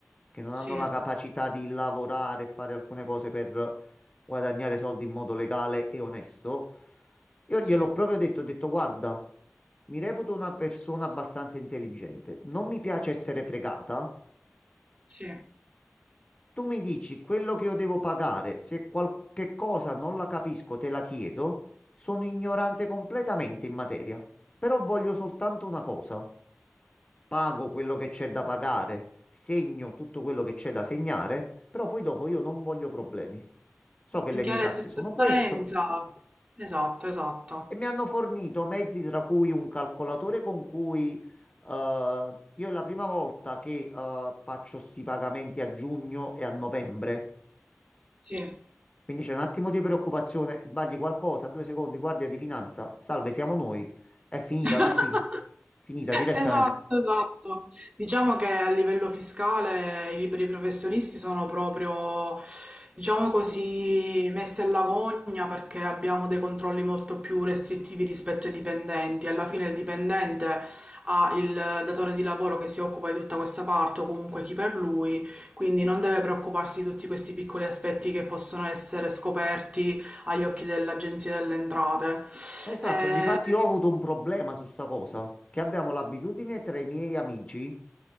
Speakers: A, on the left; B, on the right.
A: che non
B: Sì,
A: hanno la capacità di lavorare e fare alcune cose per guadagnare soldi in modo legale e onesto, io
B: sì.
A: gliel'ho proprio detto, ho detto, guarda, mi reputo una persona abbastanza intelligente, non mi piace essere fregata.
B: Sì,
A: Tu mi dici quello che io devo pagare, se qualche cosa non la capisco, te la chiedo. Sono ignorante completamente in materia, però voglio soltanto una cosa. Pago quello che c'è da pagare, segno tutto quello che c'è da segnare, però poi dopo io non voglio problemi. So che le
B: in chiave
A: mie tasse
B: di
A: sono
B: trasparenza.
A: questo
B: Esatto, esatto.
A: e mi hanno fornito mezzi tra cui un calcolatore con cui eh, io è la prima volta che eh, faccio sti pagamenti a giugno e a novembre.
B: Sì.
A: Quindi c'è un attimo di preoccupazione, sbagli qualcosa, due secondi, guardia di finanza, salve, siamo noi. È finita,
B: <laughs>
A: Martina. Finita direttamente.
B: Esatto, esatto. Diciamo che a livello fiscale i liberi professionisti sono proprio, diciamo così, messi alla gogna perché abbiamo dei controlli molto più restrittivi rispetto ai dipendenti. Alla fine il dipendente ha il datore di lavoro che si occupa di tutta questa parte o comunque chi per lui, quindi non deve preoccuparsi di tutti questi piccoli aspetti che possono essere scoperti agli occhi dell'Agenzia delle Entrate.
A: Esatto,
B: Eh,
A: difatti ho avuto un problema su sta cosa, che abbiamo l'abitudine tra i miei amici,